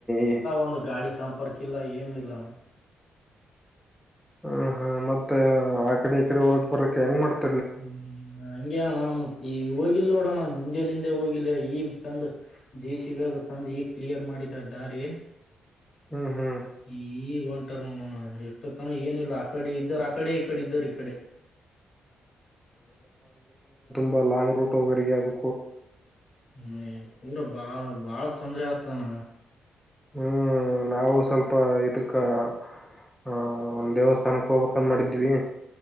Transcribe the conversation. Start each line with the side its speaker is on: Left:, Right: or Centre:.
Centre: ಈ
Left: ಒಂದು ಗಾಡಿ ಸಂಪರ್ಕ ಇಲ್ಲ ಏನಿಲ್ಲ
Centre: ಹ ಹ್ಮ ಮತ್ತ ಆ ಕಡೆ ಈ ಕಡೆ ಹೋಗ ಬರಕ್ ಹೆಂಗ್ ಮಾಡ್ತ
Left: ಹ್ಮ್ ಹ್ಮ್ ಹಂಂಗಗೆ ಅಣ್ಣ ಮತ್ತೆ ಈ ಹೋಗಿಲ್ಲ ನೋಡಣ ಮುಂಜೆಲಿಂದೆ ಹೋಗಿಲ್ಲ ಈಗ್ ತಂದ ಜೆಸಿಬಿ ಅದು ತಂದು ಈಗ್ ಕ್ಲಿಯರ್ ಮಾಡಿದ ದಾರಿ
Centre: ಹ್ಮ್ ಹ್ಮ್
Left: ಈಗ ಒಂದ್ ನೋಡೋಣ ಎಷ್ಟು ತನ ಏನಿಲ್ಲ ಆ ಕಡೆ ಇದ್ದರು ಆ ಕಡೆ ಈ ಕಡೆ ಇದ್ದರು ಈ ಕಡೆ
Centre: ಹೊಲದ ರೂಟ್ ಹೋಗೋರಿಗಿ
Left: ಹ್ಮ್ ಪೂರ ಬಾಳ್ ಬಾಳ್ ತೊಂದರೆ ಆಗ್ತತಾನ
Centre: ಹ್ಮ್ ನಾವು ಸ್ವಲ್ಪ ಇದಕ್ಕೆ ಹ ಒಂದ್ ದೇವಸ್ಥಾನಕ್ಕೆ ಹೋಗಬೇಕು ಅಂತ ಮಾಡಿದ್ವಿ